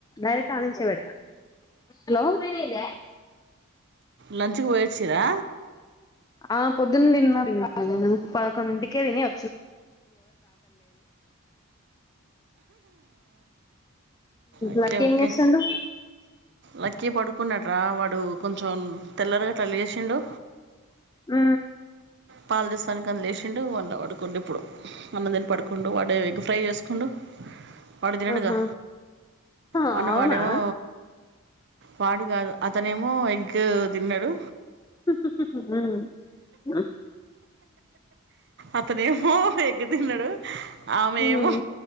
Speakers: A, on the left (about 15°); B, on the right (about 50°).
A: డైరెక్ట్ ఆనించే పెడతాను హలో మేనేతే
B: లంచ్కి పోయొచ్చిరా
A: ఆ పొద్దున్న్ దిన్న రా దును పదకొండు <unintelligible> కేవిన్యొ
B: ఓకే
A: లక్కీ
B: ఓకే,
A: ఏం చేస్తాండు
B: లక్కీ పడుకున్నడ్రా వాడు కొంచెం తెల్లారి గట్ల లేసిండు.
A: ఊ
B: పాలుదెస్సానికన్ లేసిండు, మళ్ళా పడుకుండు ఇప్పుడు అన్నం తిని పడుకుండు వాడే ఎగ్ ఫ్రై చేస్కుండు. వాడు తినడుగా,
A: ఆహా. ఆ,
B: వన్నం
A: అవునా
B: వాడ్నేమో వాడు కాదు అతనేమో ఎగ్ తిన్నడు.
A: ఊ
B: అతనేమో ఎగ్గ్ తిన్నడు. ఆమెమో
A: ఉమ్,